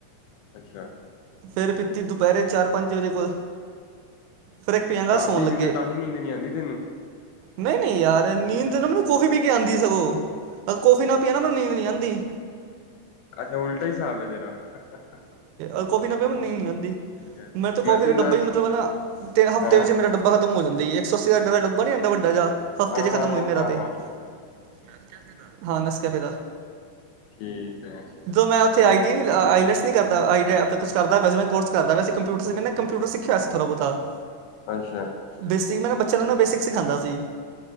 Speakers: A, on the left (about 80°); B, on the right (about 80°).
A: ਅੱਸ਼ਾ।
B: ਫੇਰ, ਪੀਤੀ ਦੁਪਹਿਰੇ ਚਾਰ, ਪੰਜ ਵਜੇ ਕੋਲ। ਫਿਰ, ਇਕ ਪਿਆਗਾ
A: ਕਾਫ਼ੀ
B: ਸੌਣ ਲੱਗੇ।
A: ਪੀਨਾ ਤਾਂ ਹੀ ਨੀਂਦ ਨੀ ਆਉਂਦੀ ਤੈਨੂੰ
B: ਨਹੀਂ, ਨਹੀਂ ਯਾਰ ਨੀਂਦ ਨਾ ਮੈਨੂੰ ਕੌਫੀ ਪੀ ਕੇ ਆਂਦੀ ਸਗੋਂ, ਅਗ ਕੌਫੀ ਨਾ ਪੀਆ ਨਾ ਮੈਨੂੰ ਨੀਂਦ ਨਹੀਂ ਆਂਦੀ।
A: ਅੱਛਾ, ਉਲਟਾ ਈ ਸਾਬ ਹੈ ਤੇਰਾ। ਹਾ, ਹਾ।
B: ਅ ਕਾਫੀ ਨਾ ਪਿਆ ਮੈਨ ਨੀੰਦ ਨੀ ਆੰਦੀ,
A: ਹੈ
B: ਮੇਰੇ ਤਾਂ ਕੌਫੀ
A: ਮੈਂ ਤੈਨੂੰ
B: ਦੇ
A: ਦੱਸ
B: ਡੱਬੇ ਈ ਮਤਲਬ ਨਾ ਤਿੰਨ ਹਫ਼ਤੇ
A: ਹਾਂ
B: ਵਿੱਚ ਮੇਰਾ ਡੱਬਾ ਖਤਮ ਹੋ ਜਾਂਦੀ ਏ ਏਕ, ਸੌ ਅਸੀ ਦਾ ਤੇਰਾ ਡੱਬਾ ਨੀ ਆੰਦਾ ਵੱਡਾ ਜਾ ਹਫ਼ਤੇ
A: ਹਾਂ
B: ਚ'
A: ਹਾਂ
B: ਖਤਮ
A: ਹਾਂ
B: ਹੋਈ ਮੇਰਾ
A: ਹਾਂ
B: ਤੇ,
A: ਹਾਂ
B: ਨਸ ਕੈਫੇ ਦਾ, ਹਾਂ ਨਸ ਕੈਫੇ ਦਾ।
A: ਠੀਕ ਐ।
B: ਜੋ ਮੈਂ ਔ ਉੱਥੇ ਆਈ ਟੀ ਨੀ ਆ, ਆਈਲੈਟਸ ਨੀ ਕਰਦਾ ਆਈ ਦੇ, ਅਪਾ ਕੁਛ ਕਰਦਾ ਵੈਸੇ ਮੈਂ ਕੋਰਸ ਕਰਦਾ ਵੈਸੇ ਕੰਪਯੂਟਰ ਸਿਖੇ ਮੈਂ। ਕੰਪਿਊਟਰ ਸਿੱਖਿਆ ਸੀ ਥੋੜ੍ਹਾ -ਬੌਤਾ। <inaudible>
A: ਅੱਛਾ।
B: ਬੇਸਿਕ, ਮੈ ਨਾ ਬੱਚਿਆਂ ਨੂੰ ਨਾ ਬੇਸਿਕ ਸਿਖਾੰਦਾ ਸੀ।